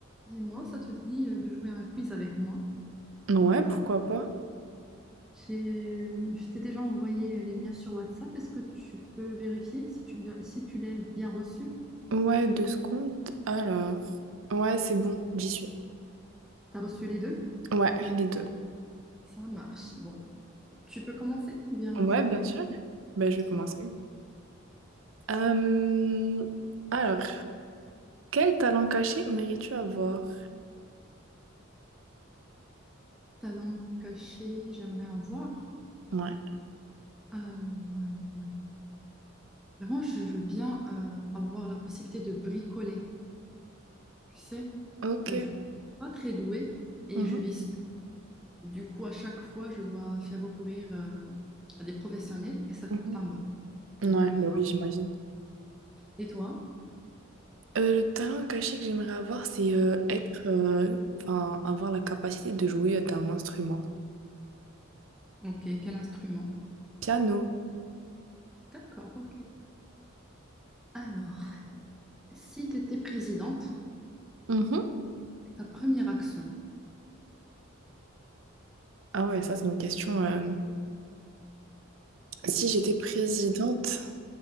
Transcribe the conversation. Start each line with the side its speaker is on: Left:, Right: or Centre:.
Centre: Dis-moi, ça te dit euh, de jouer à un quiz avec moi?
Right: Ouais, pourquoi pas.
Centre: J'ai- euh, Je t'ai déjà envoyé euh, les liens sur WhatsApp. Est-ce que tu peux vérifier si tu, si tu l'as bien reçu?
Right: Ouais, deux secondes. Alors. Ouais, c'est bon, j'y suis.
Centre: T'as reçu les deux?
Right: Ouais, les deux.
Centre: Ça marche. Bon, tu peux commencer? Bien,
Right: Ouais,
Centre: je le
Right: bien
Centre: fais.
Right: sûr. Ben, je vais commencer.
Centre: Bon.
Right: Euh, Alors, quel talent caché mérites-tu avoir?
Centre: Talent caché, j'aimerais avoir.
Right: Ouais.
Centre: Alors, alors, alors. Mais Moi, je veux bien euh, avoir la possibilité de bricoler. Tu sais,
Right: Ok.
Centre: Euh, je suis pas très douée et
Right: Mhm,
Centre: je vis Du coup, à chaque fois, je dois faire recourir euh, à des professionnels et ça coûte
Right: mhm.
Centre: un bras.
Right: Ouais,
Centre: Donc,
Right: ben
Centre: euh,
Right: oui, j'imagine.
Centre: et toi?
Right: Euh, le talent caché que j'aimerais avoir, c'est euh, être, euh, enfin, avoir la capacité de jouer d'un instrument.
Centre: Ok, quel instrument?
Right: Piano.
Centre: D'accord, ok. Alors, si tu étais présidente,
Right: Mhm.
Centre: ta première action,
Right: Ah ouais, ça, c'est une question. euh, Si j'étais présidente,